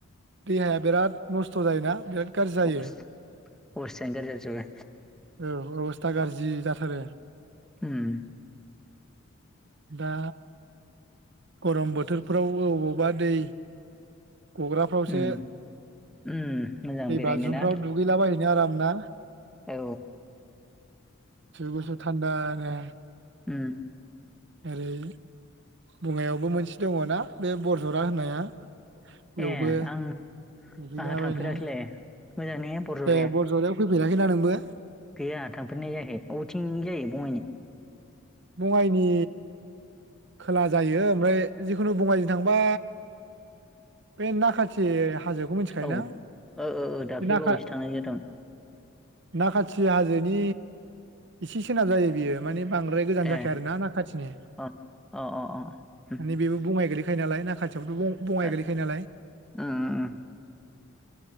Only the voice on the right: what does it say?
देहाया बेराद नस थ' जायो ना बिराद गारजि जायो
औ अबसथा गारजि जा रो
दा गरम बोथोरफ्राव औबावबा दै गग्राफ्रावसो
दै
बाजुमफ्राव
दुगैलाबायहैनो आराम ना
गुसु थानदा नो।
ओरै बङाइयावबो मोनसे दङना बे बरजरा होननाया। बेयावबो
दुगैलाबायनो
ए बरजरायाव फैफेराखैना नोंबो?
बङाइनि खोला जायो ओमफ्राय जिखुनु बङाइजों थांबा बे नाखाथि हाजोखौ मिथिखायोना
बे नाखा
नाखाथि हाजोनि इसे सोनाब जायो बियो माने बां गोजान जाखाया
आरोना ना खाथिनि
माने बेबो बङाइ गोलै खायो नालाय नाखा थि'याबोथ' बं
बङाइ गोलैखायो नालाय।